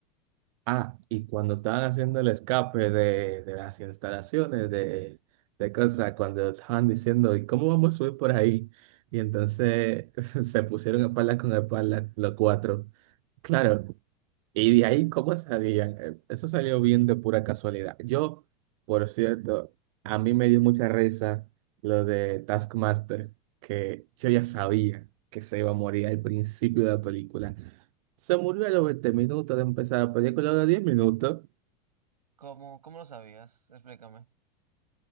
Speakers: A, on the right; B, on the right.
A: Ah, y cuando estaban haciendo el escape de, de las instalaciones de, de cosas, cuando estaban diciendo, ¿y cómo vamos a subir por ahí? Y entonces <laughs> se pusieron espalda con espalda los cuatro. Claro, y de ahí, ¿cómo salían? Eh, Eso salió bien de pura casualidad. Yo, por cierto, a mí me dio mucha risa lo de Taskmaster, que yo ya sabía que se iba a morir al principio de la película. Se murió a los 20 minutos de empezar la película, a los 10 minutos.
B: ¿Cómo, cómo lo sabías? Explícame.